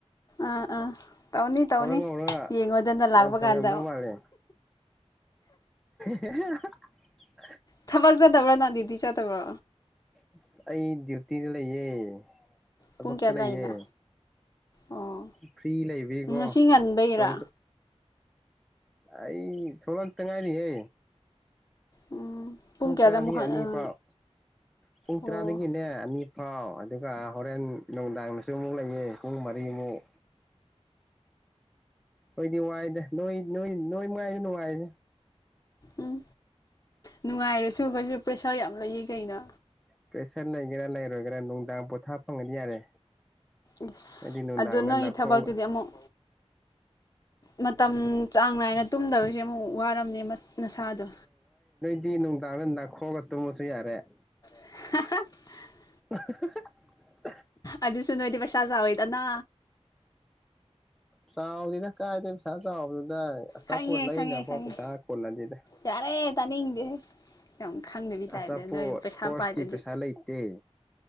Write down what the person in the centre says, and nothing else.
ꯉꯧꯔꯒ
ꯌꯥꯝ ꯐꯖꯔꯝꯗꯧ
ꯃꯥꯜꯂꯦ ꯍ
ꯑꯁ ꯑꯩ ꯗ꯭ꯌꯨꯇꯤꯗ ꯂꯩꯌꯦ ꯆꯄꯛꯛꯇ
ꯂꯩꯌꯦ
ꯐ꯭ꯔꯤ ꯂꯩꯕꯤꯀꯣ
ꯆ ꯑꯩ ꯊꯣꯔ ꯇꯪꯉꯥꯏꯔꯤꯍ
ꯄꯨꯡ
ꯇꯔꯥꯗꯒꯤ
ꯑꯅꯤ
ꯐꯥꯎ ꯄꯨꯡ
ꯇꯔꯥꯗꯒꯤꯅꯦ ꯑꯅꯤ ꯐꯥꯎ ꯑꯗꯨꯒ ꯍꯣꯔꯦꯟ ꯅꯨꯡꯗꯥꯡꯗꯁꯨ ꯑꯃꯨꯛ ꯂꯩꯌꯦ ꯄꯨꯡ ꯃꯔꯤꯃꯨꯛ ꯑꯣꯏꯗꯤ ꯋꯥꯏꯗ ꯅꯣꯏ ꯅꯣꯏ ꯅꯣꯏ ꯃꯉꯥꯏ ꯅꯨꯡꯉꯥꯏꯁꯦ
ꯄ꯭ꯔꯦꯁꯔ ꯂꯩꯒꯦꯔ ꯂꯩꯔꯣꯏꯒꯦꯔꯥ ꯅꯨꯡꯗꯥꯡ ꯄꯣꯊꯥ ꯐꯪꯉꯗꯤ ꯌꯥꯔꯦ
ꯑꯩꯗꯤ ꯅꯨꯡꯗꯥꯡꯗ
ꯅꯥꯈꯣꯛꯑꯒ
ꯗꯤ ꯅꯨꯡꯗꯥꯡꯗ ꯅꯥꯈꯣꯔꯒ ꯇꯨꯝꯃꯁꯨ ꯌꯥꯔꯦ
<inaudible>
ꯆꯥꯎꯗꯦꯗ ꯀꯥꯏꯗꯩ ꯄꯩꯁꯥ ꯆꯥꯎꯕꯗꯨꯗ ꯑꯆꯥꯄꯣꯠ
ꯂꯩꯅꯐꯥꯎ
ꯄꯩꯁꯥ ꯀꯣꯟꯅꯗꯦꯗ
ꯑꯆꯥꯄꯣꯠ
ꯈꯣꯔ꯭ꯁꯀꯤ
ꯄꯩꯁꯥ ꯂꯩꯇꯦ